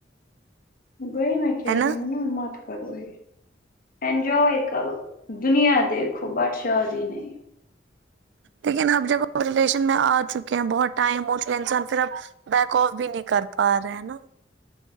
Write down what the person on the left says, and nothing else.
وہی میں کہہ
رہی ہوں نہ مت کرو ہی انجوائے کرو دنیا دیکھو بٹ شادی نہیں